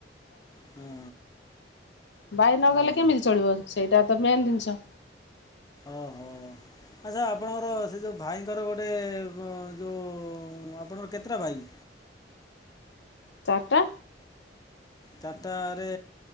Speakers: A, on the left; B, on the left.
A: ହଁ
B: ବାାଇ ନ ଗଲେ
A: ଓହୋ
B: କେମିତି ଚଳିବ ସେଇଟା ତ ମେନ୍ ଜିନିଷ ସ
A: ଓହୋ ଆଚ୍ଛା ଆପଣଙ୍କର ସେ ଯୋଉ ଭାଇଙ୍କର ଗୋଟେ ଯୋଉ ଆପଣଙ୍କର କେତେଟା ଭାଇ
B: ଚାରିଟା
A: ଚାରିଟରେ